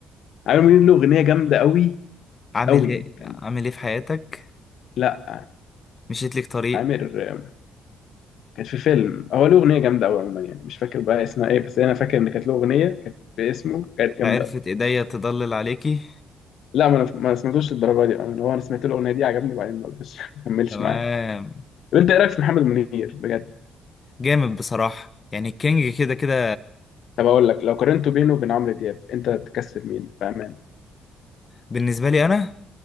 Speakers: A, on the left; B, on the left.
A: عامر منير له أغنية جامدة قوي
B: عامل
A: قوي
B: ايه
A: كان
B: عامل ايه في حياتك
A: لا
B: مشيت لك طريق
A: عامر آه، كانت في فيلم هو له اغنيه جامده قوي عموما يعني مش فاكر بقى اسمها ايه بس انا فاكر ان كانت له اغنيه كانت باسمه كانت جامده
B: عرفت
A: أوي.
B: ايديا تضلل عليكي
A: لا ما انا ما سمعتوش للدرجه دي أنا هو انا سمعت له الاغنيه دي عجبني وبعدين ما قلتش <laughs> ما كملش
B: تمام
A: معايا طب انت ايه رايك في محمد منير بجد
B: جامد بصراحة يعني الكينج كده كده
A: طب اقول لك لو قارنته بينه وبين عمرو دياب انت تكسب مين بامانه
B: بالنسبة لي انا